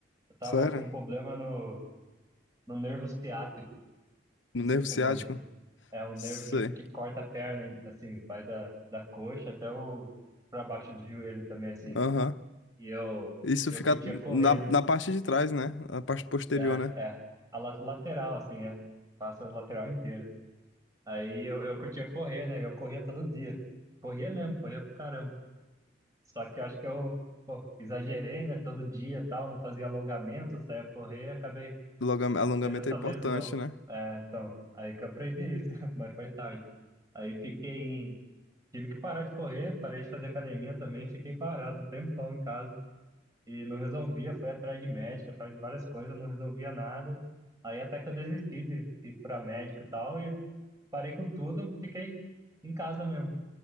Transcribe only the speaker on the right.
Eu tava
com problema no, no nervo ciático,
não sei
se
você manja. É um nervo
que, que corta a perna, hein, assim, vai da, da coxa até o, pra baixo do joelho também, assim.
E eu,
eu
curtia correr,
né?
É,
é. A la- lateral, assim, é. Passa a lateral inteira. Aí eu, eu curtia correr, né? Eu corria todo dia. Corria mesmo, corria pra caramba. Só que eu acho que eu, pô, exagerei, né? Todo dia e tal, não fazia alongamento, saía correr e acabei
tendo essa
lesão.
É, então, aí que eu aprendi isso, <laughs> mas foi tarde. Aí fiquei em... Tive que parar de correr, parei de fazer academia também, fiquei parado um tempão em casa e não resolvia, foi atrás de médico, atrás de várias coisas, não resolvia nada. Aí até que eu desisti de ir para médico e tal, e parei com tudo, fiquei em casa mesmo.